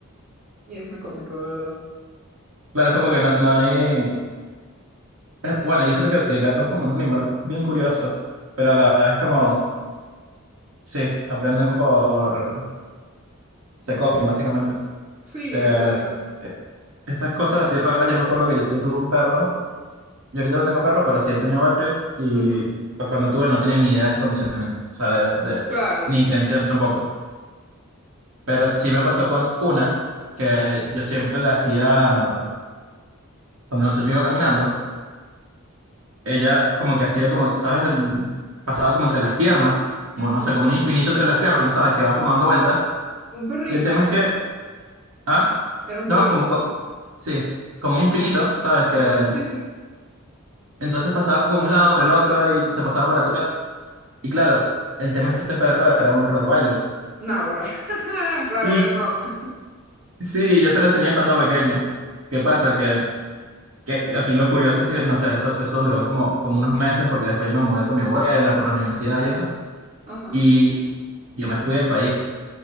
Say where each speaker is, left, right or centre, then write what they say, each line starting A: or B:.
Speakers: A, on the right; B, on the right.
A: Y es muy cómico, de verdad.
B: Claro, es como que no, no hay... es- bueno, yo siento que el el gato es como un animal bien curioso, pero a la vez es como, sí, aprenden por... se copian, básicamente.
A: Sí,
B: Eh,
A: exacto.
B: eh, estas cosas así raras, yo me acuerdo que yo, yo tuve un perro, yo ahorita no tengo perro, pero sí he tenido varios, y
A: Ujú,
B: pues cuando tuve no tenía ni idea de condicionamiento, o sea, de, de-
A: Claro.
B: ni intención tampoco. Pero sí me pasó con una que yo siempre le hacía, cuando nos- yo iba caminando, ella como que hacía como, ¿sabes? El, pasaba como entre las piernas, como
A: Ujú.
B: no sé, como un infinito entre las piernas, ¿sabes? Que va como dando vueltas.
A: Un perrito.
B: Y el tema es que, ah,
A: Era un
B: no,
A: perrito.
B: como, co- sí, como un infinito, ¿sabes? Que
A: Ajá, sí, sí.
B: entonces pasaba como un lado por el otro y se pasaba por atrás. Y claro, el tema es que este perro era un Rottweiler.
A: Náguara. <laughs> Claro,
B: Y
A: era enorme.
B: sí, yo se lo enseñé estando pequeña. ¿Qué pasa? Que Que aquí lo curioso es que, no sé, eso, eso duró como, como unos meses porque después yo me mudé con mi abuela por la universidad y eso.
A: Ajá.
B: Y yo me fui del país.